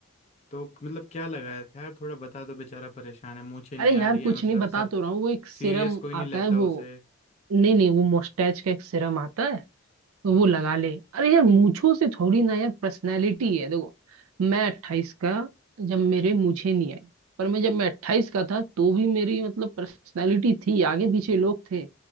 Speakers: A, on the left; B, on the right.
A: तो मतलब क्या लगाया था यार थोड़ा बता दो बेचारा परेशान है मूछें नहीं
B: अरे
A: आ
B: यार
A: रही है
B: कुछ
A: मतलब
B: नहीं बता
A: सब
B: तो रहा हूँ वो एक सिरम
A: सीरियस कोई नहीं
B: आता
A: लेता
B: है वो
A: उसे
B: नहीं नहीं वो मोस्टैच का एक सिरम आता है तो वो लगा ले अरे यार मूंछों से थोड़ी ना यार पर्सनैलिटी है देखो मैं अट्ठाईस का जब मेरे मूंछें नहीं आई पर मैं जब मैं अट्ठाईस का था तो भी मेरी मतलब पर्सनैलिटी थी आगे पीछे लोग थे